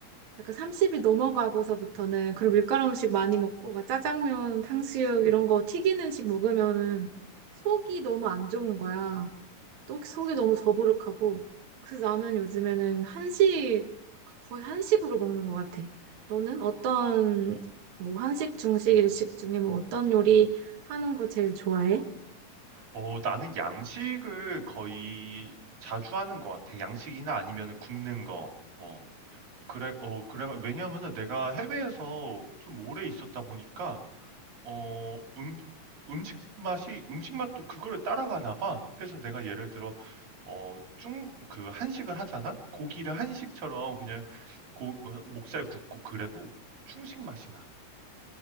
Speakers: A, on the right; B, on the right.
A: 약간 30이 넘어가고서부터는 그런 밀가루 음식 많이 먹고 막 짜장면, 탕수육 이런 거 튀긴 음식 먹으면은 속이 너무 안 좋은 거야. 떡 속이 너무 더부룩하고 그래서 나는 요즘에는 한식 거의 한식으로 먹는 것 같아. 너는 어떤 뭐 한식, 중식, 일식 중에 뭐 어떤 요리 하는 거 제일 좋아해?
B: 어, 나는 양식을 거의 자주 하는 것 같아. 양식이나 아니면 굽는 거. 어, 그래, 어, 그래, 왜냐면은 내가 해외에서 좀 오래 있었다 보니까 어, 음, 음식 맛이, 음식 맛도 그거를 따라가나 봐. 해서 내가 예를 들어, 어, 중, 그, 한식을 하잖아? 고기를 한식처럼 그냥 고, 어, 목살 굽고 그래도 중식 맛이 나.